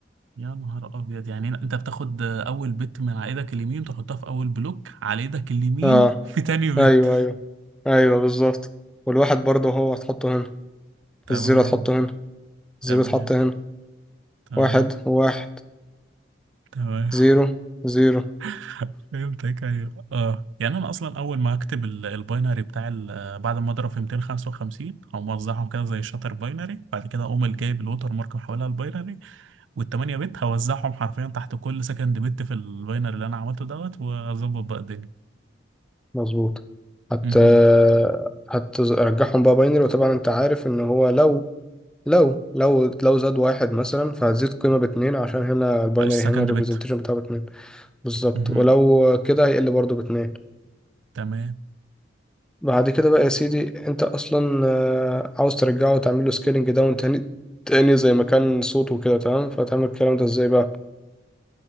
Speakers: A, on the right; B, in the centre.
A: يا نهار ابيض يعني انت بتاخد اول بت من على ايدك اليمين تحطها في اول بلوك على ايدك اليمين
B: اه
A: في تاني
B: ايوه
A: بت
B: ايوه ايوه بالظبط والواحد برضه هو هتحطه هنا
A: تمام
B: الزيرو هتحطه هنا الزيرو
A: تمام
B: اتحط هنا
A: تمام
B: واحد واحد
A: تمام
B: زيرو زيرو
A: <laughs> فهمتك ايوه اه يعني انا اصلا اول ما اكتب ال- الباينري بتاع ال- بعد ما اضرب في 255 او موزعهم كده زي الشاتر باينري بعد كده اقوم جايب الوتر مارك محولها الباينري وال8 بت هوزعهم حرفيا تحت كل سكند بت في الباينري اللي انا عملته دوت واظبط بقى الدنيا
B: مظبوط هت
A: اها
B: هترجعهم بقى باينري وطبعا انت عارف ان هو لو لو لو لو زاد واحد مثلا فهتزيد قيمة باتنين عشان هنا الباينري
A: السكند
B: هنا الريبريزنتيشن
A: بت
B: بتاعه باتنين بالظبط
A: اها
B: ولو كده هيقل برضه باتنين
A: تمام
B: بعد كده بقى يا سيدي انت اصلا آه، عاوز ترجعه وتعمل له سكيلنج داون تاني تاني زي ما كان صوته كده تمام فتعمل الكلام ده ازاي بقى